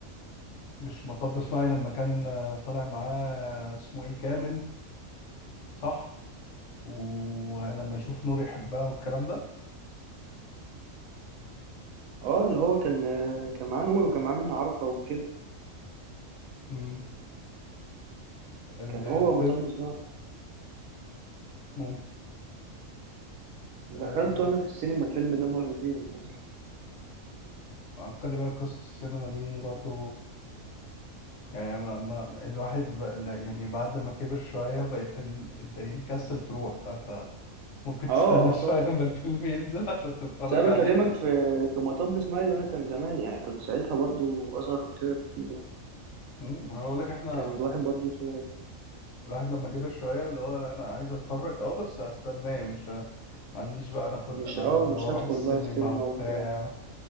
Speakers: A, on the left; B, on the right.
A: مش مطب صناعي لما كان آه، طالع معاه اسمه إيه كامل صح ولما يشوف نور يحبها والكلام ده
B: اه اللي هو كان آه، كان معاه نور وكان معاه منة عرفة وكده
A: مم. ال-
B: كان
A: الفيلم
B: هو مطب صناعي
A: ممكن آه،
B: دخلته انا في السينما الفيلم ده مرتين اصلا
A: خلي بالك قصة السينما دي برضو يعني ما ما الواحد بقى لا، يعني بعد ما كبر شوية بقيت إن- انت إيه، مكسل تروح فانت ممكن تستنى
B: اه
A: <laughs> شوية
B: اه طبعا
A: لما الفيلم ينزل عشان تتفرج
B: بس انا
A: عليه
B: بكلمك في في مطب سنايد انا كان زمان يعني كنت ساعتها برضو اصغر من كده بكتير يعني
A: امم انا بقول لك احنا
B: كان الواحد برضو صغير.
A: الواحد لما كبر شوية اللي هو انا عايز اتفرج اه بس هستناه مش ه- ما عنديش بقى انا خلق
B: مش
A: انا
B: اه
A: انزل
B: مش
A: واروح
B: هدخل
A: السينما
B: بقى السينما
A: وبتاع
B: وبتاع